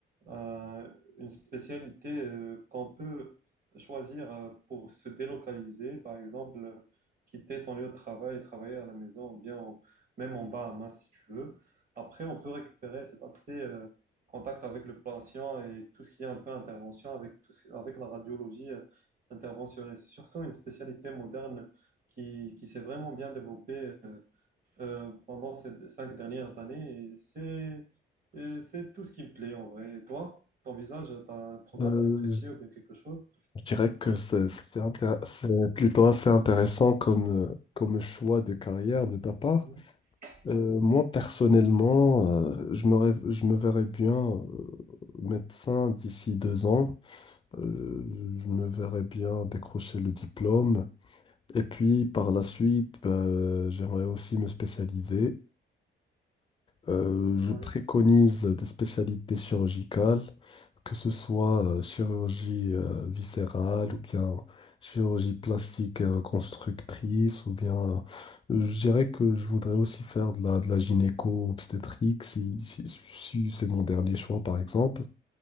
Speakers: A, on the right; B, on the left.
A: euh, une spécialité euh, qu'on peut choisir euh, pour se délocaliser, par exemple, quitter son lieu de travail et travailler à la maison ou bien en- même en Bahamas si tu veux. Après, on peut récupérer cet aspect euh, contact avec le patient et tout ce qui est un peu intervention avec, tout ce- avec la radiologie euh, interventionnelle. C'est surtout une spécialité moderne qui, qui s'est vraiment bien développée. euh, euh, pendant ces cinq dernières années. Et c'est, et c'est tout ce qui me plaît en vrai. Et toi, ton visage, t'as un programme
B: Euh,
A: bien précis
B: je
A: ou bien quelque chose?
B: je dirais que c'est c'est intér- c'est plutôt assez intéressant comme, euh, comme choix de carrière de ta part.
A: Mhm. Ouais,
B: Euh, moi, personnellement, euh, je me rêve- je me verrais bien euh, médecin d'ici deux ans. Euh, je me verrais bien décrocher le diplôme. Et puis, par la suite, bah, j'aimerais aussi me spécialiser. Euh, je
A: ouais,
B: préconise des spécialités chirurgicales, que ce soit euh, chirurgie euh, viscérale ou bien chirurgie plastique et reconstructrice, ou bien euh, je dirais que je voudrais aussi faire de la, de la gynéco-obstétrique si, si- si c'est mon dernier choix par exemple.